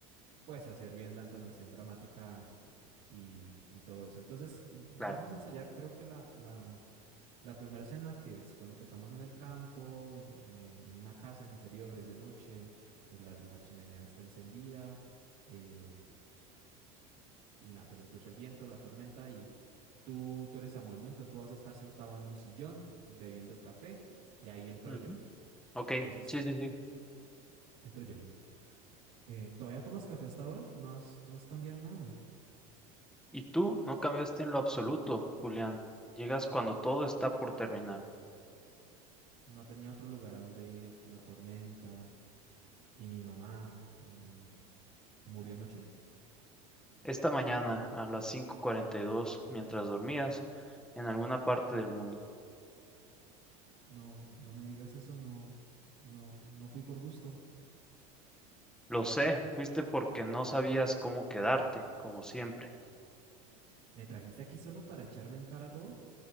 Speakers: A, on the right; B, in the centre.
A: pues hacer bien la entonación dramática y, y todo eso. Entonces vamos
B: claro.
A: a ensayar creo que la, la, la primera escena que supone que estamos en el campo, en, eh, en una casa, en interiores de noche, entonces la, la chimenea está encendida eh, y nada, pues se escucha el viento, la tormenta y tú, tú eres Samuel, ¿no? Entonces tú vas a estar sentado en un sillón bebiendo el café y ahí entro
B: Ujú.
A: yo.
B: Ok,
A: Entonces
B: sí, sí, sí.
A: entro yo y... eh, ¿todavía tomas café hasta ahora? ¿No has, no has cambiado nada?
B: Y tú no cambiaste en lo absoluto, Julián. Llegas cuando todo está por terminar.
A: No tenía otro lugar a donde ir, la tormenta y mi mamá eh, murió anoche.
B: Esta mañana, a las cinco cuarenta y dos, mientras dormías, en alguna parte del mundo.
A: No, no me digas eso, no, no, no fui por gusto.
B: Lo sé, fuiste porque no sabías cómo quedarte, como siempre.
A: ¿Me trajiste aquí solo para echarme en cara todo?